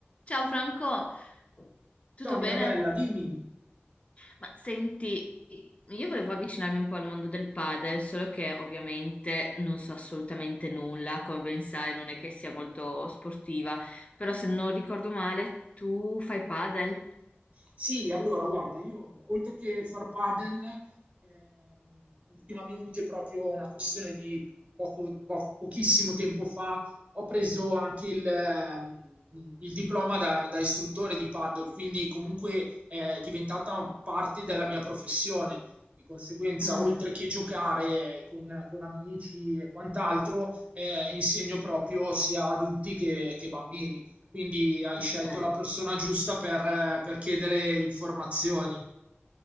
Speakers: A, on the left (about 30°); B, on the right (about 35°).
A: Ciao Franco, tutto
B: Ciao Mirabella,
A: bene?
B: dimmi.
A: Ma senti, io volevo avvicinarmi un po' al mondo del padel, solo che ovviamente non so assolutamente nulla, come ben sai, non è che sia molto sportiva, però se non ricordo male, tu fai padel?
B: Sì, allora guarda, io oltre che far padel, ehm, ultimamente proprio una questione di poco- po- pochissimo tempo fa, ho preso anche il, ehm, il diploma da, da istruttore di padel, quindi comunque è diventata parte della mia professione. Di conseguenza,
A: Mm,
B: oltre che giocare con, con amici e quant'altro, eh, insegno proprio sia adulti che che bambini. Quindi hai
A: ok.
B: scelto la persona giusta per, per chiedere informazioni.